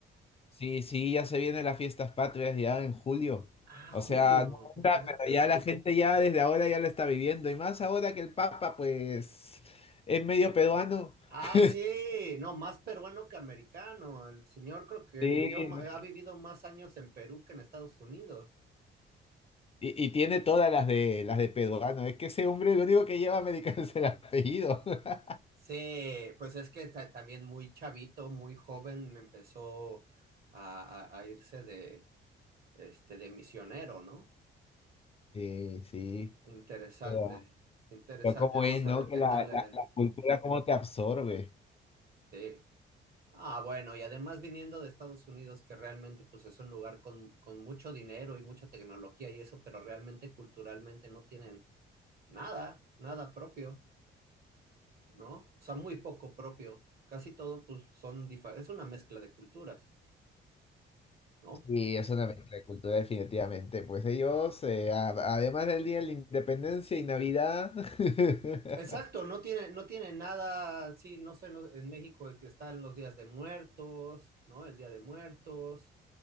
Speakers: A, on the left (about 30°); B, on the right (about 50°).
A: sí, sí, ya se vienen las fiestas patrias ya en julio.
B: Ah,
A: O
B: julio,
A: sea, no
B: ok.
A: ahora, pero ya la gente ya desde ahora ya lo está viviendo. Y más ahora que el Papa, pues, es medio peruano.
B: Ah,
A: <laughs>
B: sí, no, más peruano que americano. El señor creo que
A: Sí,
B: vivió, ma-
A: no
B: ha vivido más años en Perú que en Estados Unidos.
A: Y, y tiene todas las de las de Pedoano. Es que ese hombre lo único que lleva americano <laughs> es el apellido. <laughs>
B: Sí, pues es que ta- también muy chavito, muy joven, empezó a, a- a irse de, este, de misionero, ¿no?
A: Sí, sí.
B: Interesante,
A: Pero,
B: interesante.
A: pero cómo
B: Vamos
A: es, ¿no?
B: a ver
A: Que
B: qué
A: la,
B: tal. eh,
A: la, la cultura cómo te absorbe.
B: sí. Ah, bueno, y además viniendo de Estados Unidos, que realmente pues es un lugar con, con mucho dinero y mucha tecnología y eso, pero realmente culturalmente no tienen nada, nada propio, ¿no? O sea, muy poco propio. Casi todo, pues, son diferentes, es una mezcla de culturas, ¿no?
A: Sí, es una mezcla de cultura definitivamente. Pues ellos, eh, a- además del Día de la Independencia y Navidad, <laughs>
B: Exacto, no tiene, no tiene nada, sí, no sé, no- en México el que están los días de muertos, ¿no? El Día de Muertos,